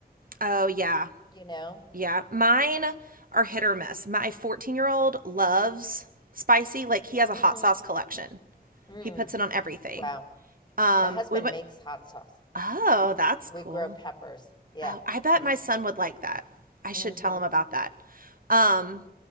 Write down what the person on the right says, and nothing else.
oh yeah
Yeah, mine are hit or miss. My 14 year old loves spicy. Like he has a
hot sauce collection.
He puts it on everything.
Um,
we went.
Oh, that's
cool.
Oh, I
bet
my son would like that. I
should tell him about that. Um,